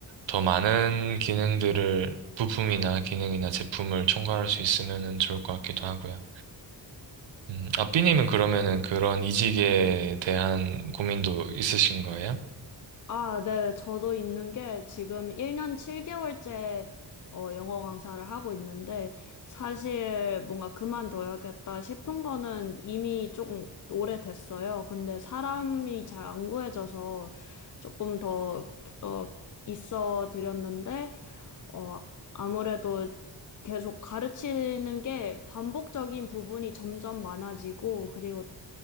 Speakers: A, on the right; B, on the left.
A: 더 많은 기능들을, 부품이나 기능이나 제품을 총괄할 수 있으면 좋을 것 같기도 하고요. 음, 아삐님은
B: 어.
A: 그러면은 그런 이직에 대한 고민도 있으신 거예요?
B: 아, 네. 저도 있는 게 지금 1년 7개월째 어, 영어 강사를 하고 있는데 사실 뭔가 그만둬야겠다 싶은 거는 이미 조금 오래됐어요. 근데 사람이 잘 안 구해져서 조금 더 어, 있어 드렸는데 어, 아무래도 계속 가르치는 게 반복적인 부분이 점점 많아지고, 그리고